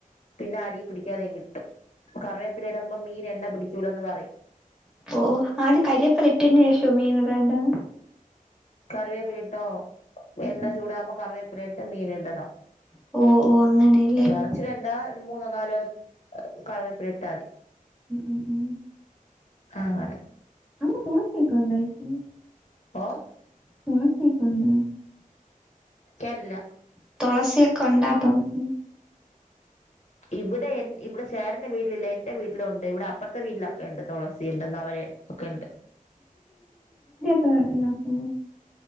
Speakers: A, on the left (about 50°); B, in the centre.
A: പിന്നെ അടി പിടിക്കാതെ കിട്ടും കറവേപ്പിലിടുമ്പോ മീൻ എണ്ണ പിടിക്കൂലൂ എന്ന് പറയും
B: ഓ ആദ്യ കരിയപ്പല ഇട്ടന് ശേഷോ മീൻ ഇടണ്ട്
A: കറിവേപ്പിലിട്ടോ എണ്ണ
B: ഉം
A: ചൂടമോ കറിവേപ്പിലിട്ടോ മീൻ ഇടണം
B: ഓഹ് ഓഹ് അങ്ങനെല്ലേ ഉം
A: നറച് ഇടണ്ട മൂന്നോ നാലോ കറിവേപ്പില ഇട്ടാൽ മതി
B: ഉം ഉം
A: അങ്ങനെ
B: <unintelligible>
A: ഓ
B: <unintelligible>
A: കേരള
B: തുളസിയൊക്കെ ഉണ്ടാ <unintelligible>
A: ഇവിടെ ഇവിടെ സറിന്റെ വീട്ടിലില്ല എന്റെ വീട്ടിലുണ്ട് ഇവിടെ അപ്പുറത്തെ വീട്ടിലൊക്കെ ഉണ്ട് തുളസി <inaudible> ഒക്കെഉണ്ട്
B: ഇത്ത ഇലാക്കോ